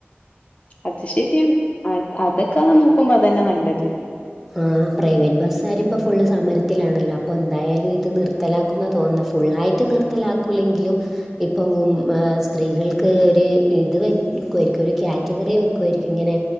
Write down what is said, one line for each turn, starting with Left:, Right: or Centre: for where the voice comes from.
Left: അത് ശരിയാണ് അ അതൊക്കെ നോക്കുമ്പോ അത് തന്ന നല്ലത്
Centre: ആ പ്രൈവറ്റ് ബസ്സാരിപ്പോ ഫുള്ള് സമരത്തിലാണല്ലോ അപ്പൊ എന്തായാലും ഇത് നിർത്തലാ ക്കുന്നാ തോന്ന്നേ ഫുള്ളായിട്ട് നിർത്തലാക്കുല്ലെങ്കിലും ഇപ്പൊ ഉം ഏ സ്ത്രീകൾ ക്ക് ഒര് ഇത് വയ് വക്കുവായിരിക്കും ഒര് കാറ്റഗറി വയ്ക്കുവായിരിക്കും ഇങ്ങനെ